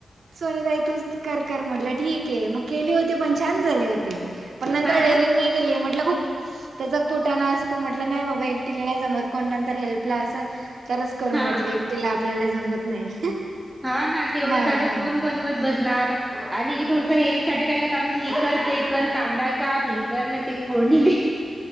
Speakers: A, on the right; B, in the centre.
A: सोनी ताई तूच कर, कर म्हटलं ठीक- मग केली होती, पण छान झाली होती, पण नंतर
B: हा
A: डेरिंग
B: का
A: नाही केली म्हटलं खूप- त्याचा कुटाना असतो म्हटलं, नाही बाबा एकटीला नाही जमत, कोण नंतर हेल्पला असलं तरच- करू
B: हा
A: म्हटले, एकटिला आपल्याला जमत नाही.
B: हा ना, तेवढं
A: म हा
B: सारं कोण बनवत बस- णार आणि थोडसंं हेल्प साठी राहिलं तर, आपण हे कर, ते कर, कांदा काप, हे- कर, अन दे फोडणी.